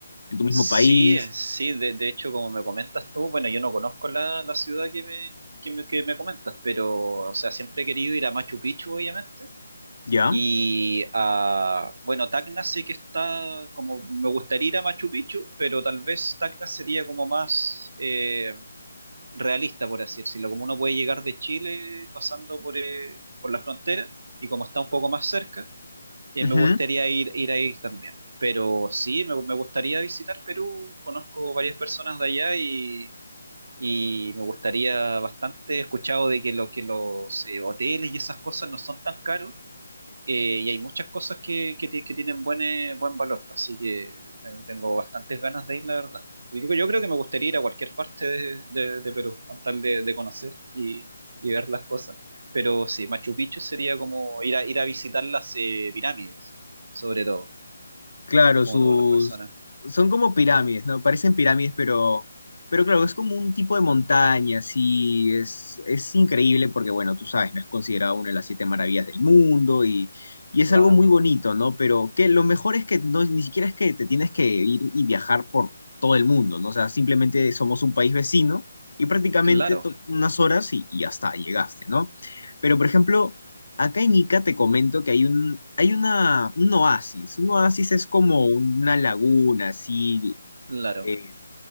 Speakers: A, on the left; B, on the right.
A: en tu mismo
B: Sí,
A: país?
B: eh, sí, de, de hecho, como me comentas tú, bueno, yo no conozco la, la ciudad que me, que me, que me comentas, pero, o sea, siempre he querido ir a Machu Picchu, obviamente,
A: ¿Ya?
B: y a, bueno, Tacna sé que está, como, me gustaría ir a Machu Picchu, pero tal vez Tacna sería como más... eh, realista, por así decirlo, como uno puede llegar de Chile pasando por, eh, por la frontera y como está un poco más cerca, eh,
A: Ujú.
B: me gustaría ir, ir ahí también. Pero sí, me, me gustaría visitar Perú, conozco varias personas de allá y, y me gustaría bastante, he escuchado de que, lo, que los eh, hoteles y esas cosas no son tan caros eh, y hay muchas cosas que, que, ti- que tienen buen, eh, buen valor, así que ten- tengo bastantes ganas de ir, la verdad. Yo, yo creo que me gustaría ir a cualquier parte de, de- de Perú, con tal de, de conocer y, y ver las cosas. Pero sí, Machu Picchu sería como ir a, ir a visitar las eh, pirámides, sobre todo,
A: Claro,
B: como
A: sus
B: todas las personas.
A: son como pirámides, ¿no? Parecen pirámides, pero pero claro, es como un tipo de montaña, sí, es es increíble porque bueno, tú sabes, no es considerado una de las siete maravillas del mundo y y es
B: Claro,
A: algo muy bonito, ¿no? Pero que lo mejor es que no ni siquiera es que te tienes que ir y viajar por todo el mundo, ¿no? O sea, simplemente somos un país vecino y prácticamente
B: claro,
A: to- unas horas y, y hasta llegaste, ¿no? Pero por ejemplo, Acá en Ica te comento que hay un, hay una, un oasis. Un oasis es como una laguna, así,
B: claro.
A: eh,